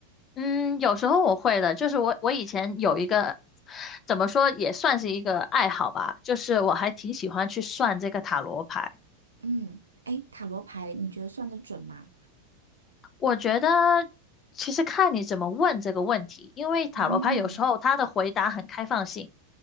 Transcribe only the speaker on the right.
嗯，哎，塔罗牌你觉得算得准吗？
嗯，